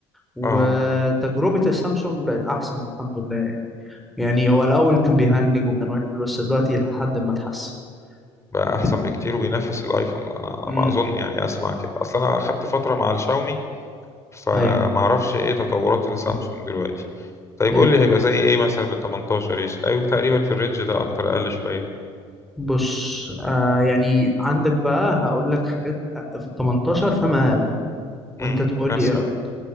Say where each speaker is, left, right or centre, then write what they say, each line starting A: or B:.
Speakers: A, in the centre; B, on the left.
A: وتجربة
B: اه
A: السامسونج بقت أحسن الحمد لله يعني يعني هو الأول كان بيهنج وكان وحش بس دلوقتي لحد ما اتحسن
B: بقى
A: بن...
B: احسن بكتير وبينافس الايفون انا
A: امم
B: أنا ما اظن يعني اسمع كده اصلا انا اخدت فتره مع الشاومي فما
A: أيوه
B: اعرفش ايه تطورات السامسونج
A: مم.
B: دلوقتي طيب
A: هي
B: قول لي هيبقى زي ايه مثلا بال 18 ايش ايوه تقريبا في الرينج ده اكتر اقل شويه
A: بص آه يعني عندك بقى هقول لك حاجات آه، في 18 فما أقل وأنت
B: امم
A: تقول
B: مثلا
A: لي إيه رأيك